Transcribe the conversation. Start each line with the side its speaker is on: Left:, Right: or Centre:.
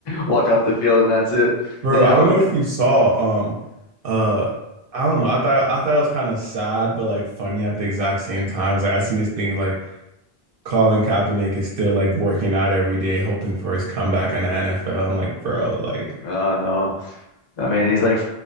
Left: walk off the field and that's it.
Right: Bro,
Left: And now,
Right: I don't know if you saw, um, uh, I don't know. I thought I thought it was kind of sad, but like funny at the exact same time. It was like I seen this thing like Colin Kaepernick is still like working out every day, hoping for his comeback in the NFL. I'm like, bro, like,
Left: uh, no. I mean, he's like